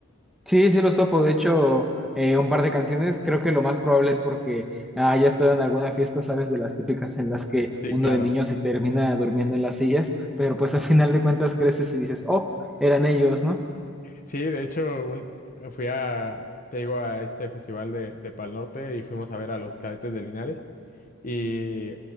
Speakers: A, in the centre; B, on the left.
A: Sí, sí los topo. De hecho, eh, un par de canciones. Creo que lo más probable es porque ah, ya he estado en alguna fiesta, ¿sabes? De las típicas en las que
B: Sí,
A: uno
B: claro.
A: de niño se termina durmiendo en las sillas, pero pues a final de cuentas creces y dices, oh, eran ellos, ¿no?
B: Sí, de hecho, un- fui a, te digo, a este festival de, de Pal Norte y fuimos a ver a los cadetes de Linares. Y